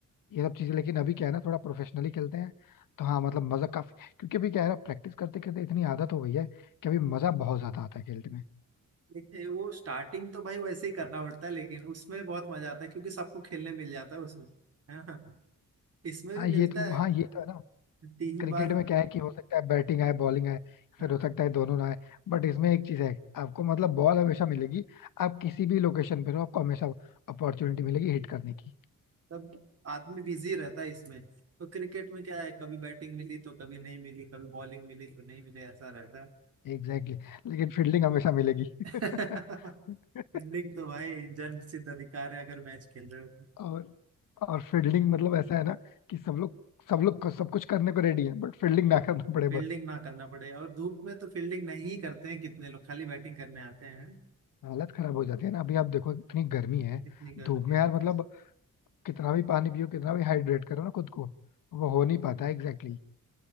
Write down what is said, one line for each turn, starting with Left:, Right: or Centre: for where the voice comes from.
Left: ये सब चीजें लेकिन अभी क्या है ना थोड़ा प्रोफेशनली खेलते हैं तो हाँ मतलब मजा काफी क्योंकि अभी क्या है ना प्रैक्टिस करते करते इतनी आदत हो गई है कि अभी मजा बहुत ज्यादा आता है खेलते में
Right: देखिए वो स्टार्टिंग तो भाई वैसे ही करना पड़ता है लेकिन उसमें बहुत मजा आता है क्योंकि सबको खेलने मिल जाता है उसमें है ना इसमें
Left: हाँ
Right: भी
Left: ये
Right: मिलता
Left: तो
Right: है
Left: हाँ ये तो है ना
Right: तीन
Left: क्रिकेट
Right: बार
Left: में क्या है कि हो सकता है बैटिंग आए बॉलिंग आए फिर
Right: हाँ
Left: हो सकता है दोनों ना आए बट इसमें एक चीज है आपको मतलब बॉल हमेशा मिलेगी आप किसी भी लोकेशन पर हो आपको हमेशा अपॉर्चुनिटी मिलेगी हिट करने की
Right: तब आदमी बिजी रहता है इसमें तो क्रिकेट में क्या है कभी बैटिंग मिली तो कभी नहीं मिली कभी बॉलिंग मिली तो नहीं मिली ऐसा रहता है
Left: Exactly exactly. लेकिन फील्डिंग हमेशा मिलेगी
Right: <laughs>
Left: <laughs>
Right: फील्डिंग तो भाई जन्म सिद्ध अधिकार है अगर मैच खेल रहे हो तो
Left: और और फील्डिंग मतलब ऐसा है ना कि सब लोग सब लोग सब कुछ करने को रेडी है बट फील्डिंग ना करना
Right: <laughs>
Left: पड़े
Right: फील्डिंग
Left: बस
Right: ना करना पड़े और धूप में तो फील्डिंग नहीं करते हैं कितने लोग खाली बैटिंग करने आते हैं
Left: हालत खराब हो जाती है ना अभी आप देखो इतनी गर्मी है
Right: कितनी गर्मी
Left: धूप में यार
Right: है
Left: मतलब कितना भी पानी पियो कितना भी हाइड्रेट करो ना खुद को वो हो नहीं पाता Exactly exactly.